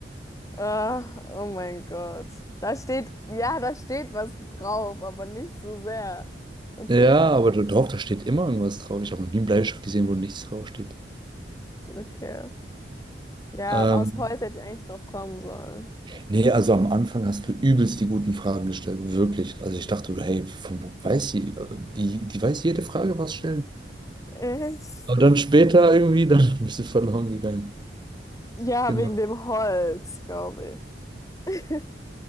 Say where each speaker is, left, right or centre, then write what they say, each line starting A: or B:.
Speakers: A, on the left; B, on the right.
A: Ah, oh mein Gott. Da steht, ja, da steht was drauf, aber nicht so sehr. Okay,
B: Ja, aber da- doch, da steht immer irgendwas drauf. Ich habe noch nie einen Bleistift gesehen, wo nichts draufsteht.
A: okay. Ja,
B: Ähm,
A: aus Holz hätte ich eigentlich drauf kommen sollen.
B: nee, also am Anfang hast du übelst die guten Fragen gestellt, wirklich. Also ich dachte, hey, von wo weiß sie? Äh, Die, die weiß jede Frage, was stellen.
A: <laughs> Echt?
B: Aber dann später irgendwie, dann <laughs> bist du verloren gegangen.
A: Ja,
B: Genau.
A: wegen dem Holz, glaube ich. <laughs>